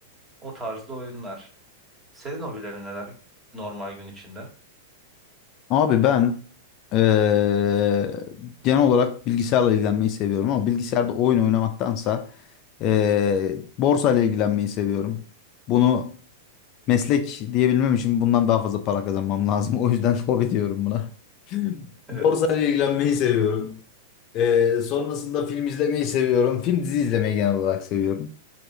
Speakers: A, on the right (about 20°); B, on the left (about 45°).
A: O tarzda oyunlar. Senin hobilerin neler normal gün içinde?
B: Abi ben eee, genel olarak bilgisayarla ilgilenmeyi seviyorum ama bilgisayarda oyun oynamaktansa eee borsa ile ilgilenmeyi seviyorum. Bunu meslek diyebilmem için bundan daha fazla para kazanmam lazım. O yüzden <laughs> hobi diyorum buna.
A: Evet.
B: Borsa ile ilgilenmeyi seviyorum. Eee, sonrasında film izlemeyi seviyorum. Film dizi izlemeyi genel olarak seviyorum.